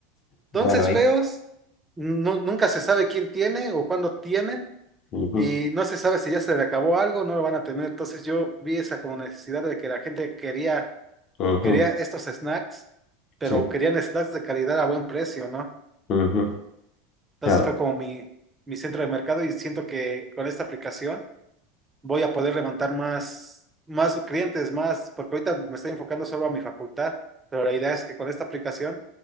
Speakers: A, on the left; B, on the right.
A: Bueno,
B: Dulces
A: ahí.
B: feos, nu- nunca se sabe quién tiene o cuándo tienen
A: Ujú,
B: y no se sabe si ya se le acabó algo, no lo van a tener. Entonces yo vi esa como necesidad de que la gente quería,
A: ujú,
B: quería estos snacks, pero
A: Sí.
B: querían snacks de calidad a buen precio, ¿no?
A: ujú,
B: Entonces
A: Claro.
B: fue como mi, mi centro de mercado y siento que con esta aplicación voy a poder levantar más, más clientes, más, porque ahorita me estoy enfocando solo a mi facultad, pero la idea es que con esta aplicación